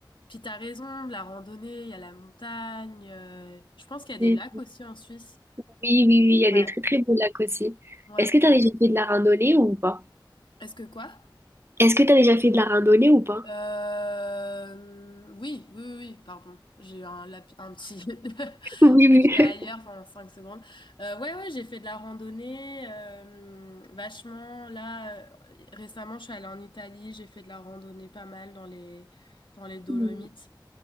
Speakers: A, on the left; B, on the right.
A: Puis t'as raison, la randonnée, il y a la montagne. euh, Je pense qu'il y a
B: Oui,
A: des lacs aussi en Suisse.
B: oui, oui, il y a
A: Ouais,
B: des très très beaux lacs aussi.
A: ouais.
B: Est-ce que tu as déjà fait de la randonnée ou pas?
A: Est-ce que quoi?
B: Est-ce que tu as déjà fait de la randonnée ou pas?
A: Euh... Oui, oui, oui, oui, pardon. J'ai eu un, lap- un petit... <laughs>
B: Oui,
A: J'étais ailleurs
B: oui.
A: pendant 5 secondes. Euh, ouais, ouais, j'ai fait de la randonnée euh, vachement. Là, euh, récemment, je suis allée en Italie, j'ai fait de la randonnée pas mal dans les, dans les Dolomites.
B: Hmm,